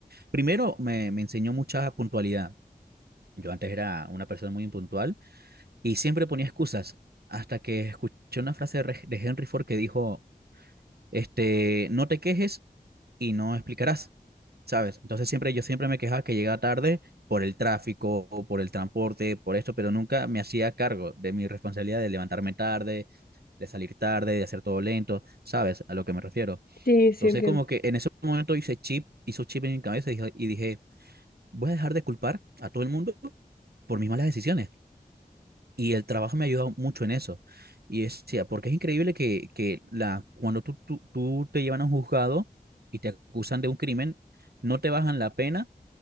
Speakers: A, on the right (about 85°); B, on the left (about 70°).
A: Primero me, me enseñó mucha puntualidad. Yo antes era una persona muy impuntual y siempre ponía excusas hasta que escuché una frase de Re- de Henry Ford que dijo, este, no te quejes y no explicarás, ¿sabes? Entonces siempre yo siempre me quejaba que llegaba tarde por el tráfico, o por el transporte, por esto, pero nunca me hacía cargo de mi responsabilidad de levantarme tarde, de salir tarde, de hacer todo lento, ¿sabes? A lo que me refiero.
B: Sí, sí,
A: Entonces
B: entiendo.
A: como que en ese momento hice chip, hizo chip en mi cabeza y dije, y dije, voy a dejar de culpar a todo el mundo por mis malas decisiones. Y el trabajo me ha ayudado mucho en eso. Y es decía, porque es increíble que, que la, cuando tú, tú, tú te llevan a un juzgado y te acusan de un crimen, no te bajan la pena